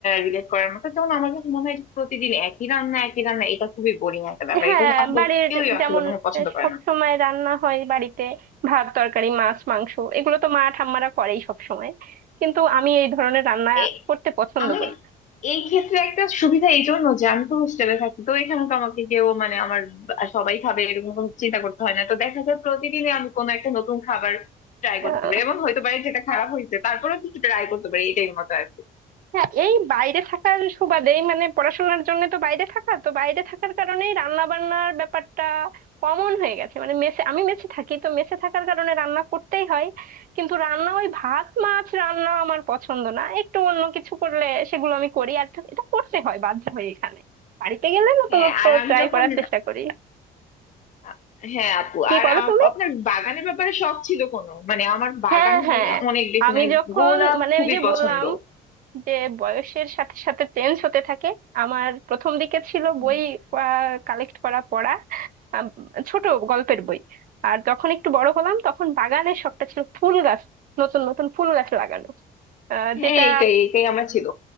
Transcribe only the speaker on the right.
হ্যাঁ
বাড়ির
যেমন
সব
সময় রান্না হয় বাড়িতে ভাত তরকারি মাছ মাংস এগুলো তো মা ঠাম্মারা করেই সব সময় কিন্তু আমি এই ধরনের রান্না
করতে পছন্দ
করি
না
হ্যাঁ এই বাইরে থাকার সুবাদেই মানে পড়াশোনার জন্য তো বাইরে থাকা তো বাইরে থাকার কারণেই রান্না বান্নার ব্যাপারটা কমন হয়ে গেছে মানে মেসে আমি মেসে থাকি তো মেসে থাকার কারণে রান্না করতেই হয় কিন্তু রান্না ওই ভাত মাছ রান্না আমার পছন্দ না একটু অন্য কিছু করলে সেগুলো আমি করি আর এটা করতে হয় বাধ্য হয়ে এখানে বাড়িতে গেলে নতুনত্ব
ট্রাই
করার চেষ্টা করি
কি
করো
তুমি
হ্যাঁ হ্যাঁ
আমি
যখন
মানে
ওই যে
বললাম যে বয়সের সাথে সাথে চেঞ্জ হতে থাকে আমার প্রথম দিকে ছিল
বই কালেক্ট করা পড়া আম, ছোট গল্পের বই আর যখন একটু বড় হলাম তখন বাগানের শখটা ছিল ফুল গাছ নতুন নতুন ফুল গাছ লাগানো আহ,
যেটা